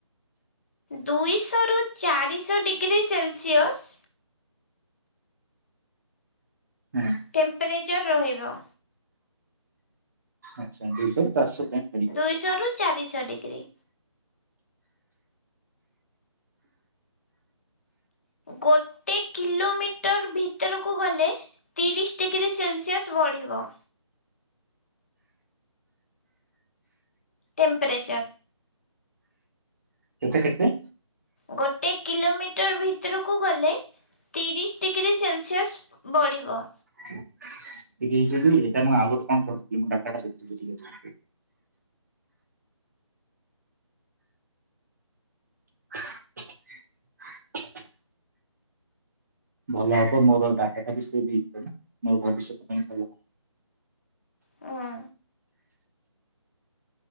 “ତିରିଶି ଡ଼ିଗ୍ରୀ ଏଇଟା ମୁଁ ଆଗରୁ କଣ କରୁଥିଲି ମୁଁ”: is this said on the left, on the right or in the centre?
Right